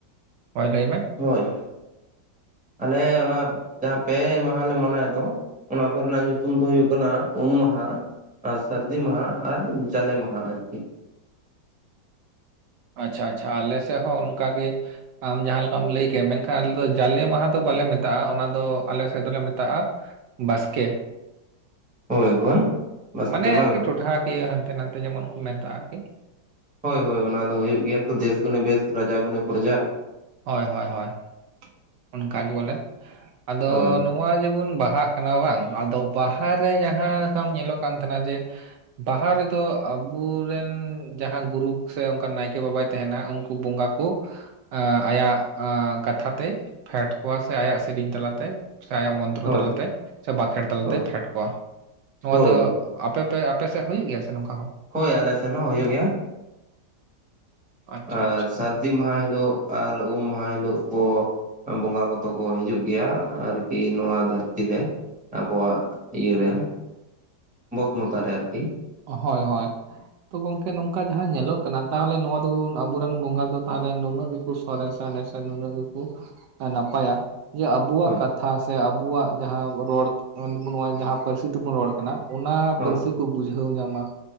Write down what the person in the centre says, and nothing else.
ᱦᱳᱭᱭ ᱟᱞᱮ ᱚᱱᱟ ᱡᱟᱦᱟᱸ ᱯᱮ ᱢᱟᱦᱟᱟᱞᱮ ᱢᱟᱱᱟᱣᱮᱫ ᱫᱚ᱾ ᱚᱱᱟ ᱠᱚᱨᱮᱱᱟᱜ ᱧᱩᱛᱩᱢ ᱫᱚ ᱦᱩᱭᱩᱜ ᱠᱟᱱᱟ ᱩᱢ ᱢᱟᱦᱟ ᱟᱨ ᱥᱟᱹᱨᱫᱤ ᱢᱟᱦᱟ ᱟᱨ ᱡᱟᱞᱮ ᱢᱟᱦᱟ ᱟᱨᱠᱤ᱾
ᱦᱳᱭ ᱦᱳᱭ ᱵᱟᱥᱠᱮ
ᱵᱟᱝ
ᱦᱳᱭ ᱦᱳᱭ ᱚᱱᱟ ᱫᱚ ᱦᱩᱭᱩᱜ ᱜᱮᱭᱟ ᱛᱚ ᱫᱮᱥ ᱜᱩᱱᱮ ᱵᱮᱥ ᱨᱟᱡᱟ ᱜᱚᱱᱮ ᱯᱨᱚᱡᱟ
ᱦᱳᱭ
ᱦᱳᱭ
ᱦᱳᱭ
ᱦᱳᱭ
ᱦᱳᱭ
ᱦᱳᱭ ᱟᱞᱮ ᱥᱮᱱ ᱦᱚᱸ ᱦᱩᱭᱩᱜ ᱜᱮᱭᱟ
ᱟᱨ
ᱥᱟᱹᱨᱫᱤ ᱢᱟᱦᱟ ᱦᱤᱞᱳᱜ ᱟᱨ ᱩᱢ ᱢᱟᱦᱟ ᱦᱤᱞᱳ ᱠᱚ ᱵᱚᱸᱜᱟ᱾ ᱛᱚ ᱠᱚ ᱦᱤᱡᱩᱜ ᱜᱮᱭᱟ ᱟᱨᱠᱤ ᱱᱚᱣᱟ ᱫᱷᱟᱹᱨᱛᱤ ᱨᱮ ᱟᱵᱚᱣᱟᱜ ᱤᱭᱟᱹᱨᱮ᱾ ᱵᱚᱥᱢᱚᱛᱟ ᱨᱮ ᱟᱨᱠᱤ᱾
ᱦᱳᱭ
ᱦᱳᱭ